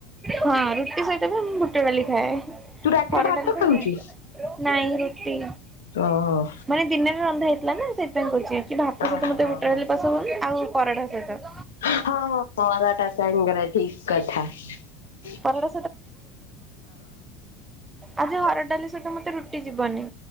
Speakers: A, on the right; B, on the left.
A: ହଁ ରୁଟି ସହିତ ବି ମୁଁ ବୁଟ ଡାଲି ଖାଏ।
B: ତୁ ରାତିରେ
A: ହରଡ଼
B: ଭାତ
A: ଡାଲି ତ
B: ଖାଉଛୁ?
A: ନୁହୁଁ ନାଇଁ ରୁଟି।
B: ହଁ।
A: ମାନେ ଦିନରେ ରନ୍ଧା ହେଇଥିଲା ନା ସେଇଥିପାଇଁ କହୁଛି କି ଭାତ
B: ଓହୋ
A: ସହିତ ମତେ ବୁଟଡାଲି
B: ହଁ ହଁ
A: ପଶନ୍ଦକି ଆଉ ପରଟା ସହିତ।
B: ହଁ ହଁ ପରଟା ସ ତାଙ୍ଗର ଠିକ କଥା ହଁ।
A: ପରଟା ଆଜି ହରଡ଼ ଡାଲି ସହିତ ମତେ ରୁଟି ଯିବନି।